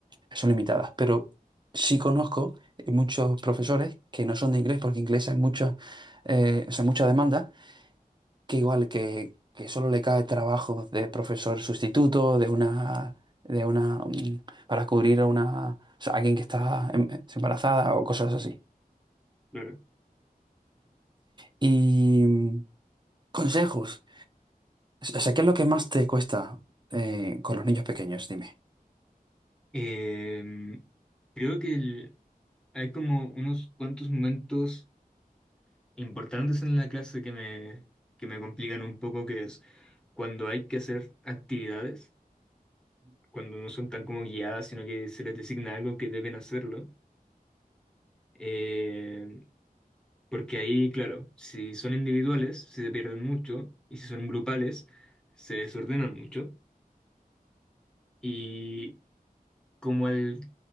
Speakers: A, on the right (about 30°); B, in the centre.
A: son limitadas, pero sí conozco eh, muchos profesores que no son de inglés, porque inglés hay mucha, eh, o sea, mucha demanda, que igual que, que solo le cae trabajo de profesor sustituto, de una, de una, mm, para cubrir a una, o sea, alguien que está em- eh, embarazada o cosas así.
B: claro.
A: Y mm, consejos. O sea, ¿qué es lo que más te cuesta eh, con los niños pequeños? Dime.
B: Em, creo que el- hay como unos cuantos momentos importantes en la clase que me, que me complican un poco, que es cuando hay que hacer actividades, cuando no son tan como guiadas, sino que se les designa algo que deben hacerlo. Eh, porque ahí, claro, si son individuales, se pierden mucho, y si son grupales, se desordenan mucho. Y como al